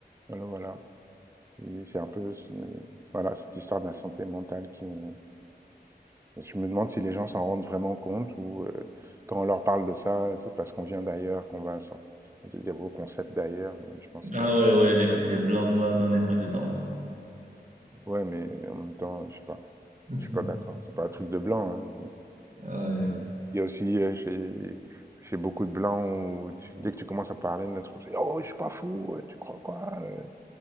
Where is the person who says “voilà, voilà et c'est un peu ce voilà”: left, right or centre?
Right